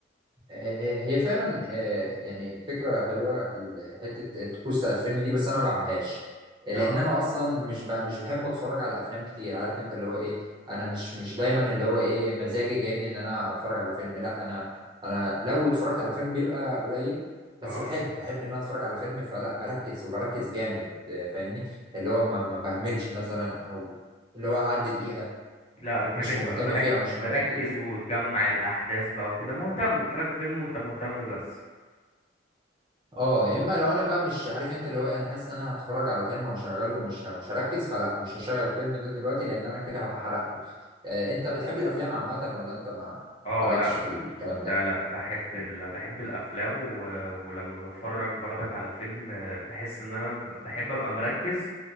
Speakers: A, on the right; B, on the left.
A: آه، هي فعلا آه، يعني فكرة حلوة ال- حتة الطقوس بتاع الفيلم دي بس أنا ما بعملهاش لأن
B: اه
A: أنا أصلا مش ب... مش بحب أتفرج على أفلام كتير عارف أنت اللي هو إيه أنا مش مش دايما اللي هو إيه مزاجي جايبني إن أنا أتفرج على فيلم لا أنا أنا لو اتفرجت على فيلم بيبقى قليل بس
B: اه
A: بحب بحب إن أنا أتفرج على فيلم فلا بركز وبركز جامد آه، فاهمني اللي هو ما, ما بهملش مثلا أو اللي هو أعدي دقيقة
B: لا بتحب
A: مش
B: تبقى
A: مهتم
B: مركز
A: فيها أو مش
B: مركز
A: مركز
B: وتجمع الأحداث بقى وكده مهتم بتتفرج فيلم وأنت مهتم بس
A: اه يا اما لو انا بقى مش عارف انت اللي هو إيه، انا حاسس ان انا هتفرج على فيلم وهشغله ومش ه- مش هركز فلا مش هشغل الفيلم ده دلوقتي لان انا كده هبقى حرقته آه انت بتحب الافلام عامه ولا انت ما
B: اه
A: مالكش
B: لا
A: في الكلام
B: لا
A: ده
B: لا بحب ال... بحب الافلام و... ولما بتفرج برضك على فيلم آه، بحس ان انا ب- بحب ابقى مركز